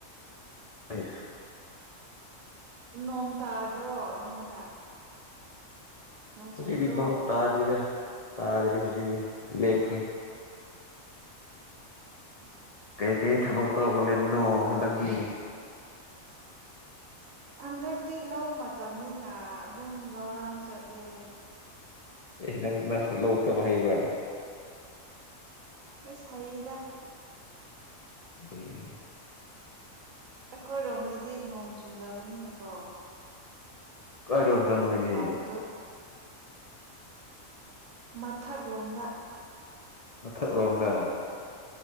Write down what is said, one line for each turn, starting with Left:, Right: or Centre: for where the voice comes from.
Left: ꯑꯦ
Right: ꯅꯣꯡ ꯇꯥꯗ꯭ꯔꯣ ꯅꯣꯏꯗ ꯅꯣꯡ
Left: ꯍꯧꯨꯖꯤꯗꯤ
Right: ꯆꯨꯗ꯭ꯔꯣ
Left: ꯏꯗꯣꯡ ꯇꯥꯔꯔꯤꯗ ꯇꯥꯗꯔꯤ ꯍꯧꯨꯖꯤꯗꯤ ꯂꯩꯦꯕꯦ
Right: ꯑꯣ ꯑꯣ
Left: ꯀꯩꯀꯩ ꯊꯕꯛ ꯇꯧꯔꯒ ꯂꯩꯕꯅꯣ ꯍꯟꯗꯛꯤ
Right: ꯍꯟꯗꯛꯇꯤ ꯂꯧ ꯃꯇꯝꯅꯤꯅ ꯑꯗꯨꯝ ꯂꯧꯔꯥꯡ ꯆꯠꯂꯦ
Left: ꯑꯦ ꯅꯪ ꯅꯪ ꯂꯧꯛꯇꯕ ꯍꯩꯕ꯭ꯔꯥ
Right: ꯁꯍꯤꯗ
Left: ꯎꯝ
Right: ꯑꯩꯈꯣꯏꯔꯣꯝꯗꯗꯤ ꯅꯣꯡ ꯆꯨꯗꯕꯅꯤꯅꯀꯣ
Left: ꯀꯥꯏꯔꯣꯝꯗ
Right: ꯑꯗꯨꯒꯤ
Left: ꯅꯣꯏꯗꯤ
Right: ꯐꯧꯗꯨ ꯃꯊꯛ ꯂꯣꯝꯗ
Left: ꯃꯊꯛ ꯔꯣꯝꯗꯥ